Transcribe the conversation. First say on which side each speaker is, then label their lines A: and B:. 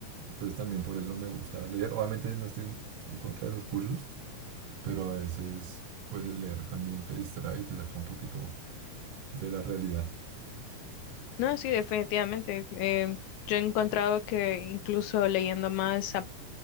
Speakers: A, on the right; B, on the left.
A: Entonces también por eso me gusta leer. Obviamente no estoy en, en contra de los cursos, pero a veces pues el leer también te distrae y te saca un poquito de la realidad.
B: No, sí, definitivamente. Eh, yo he encontrado que incluso leyendo más ap-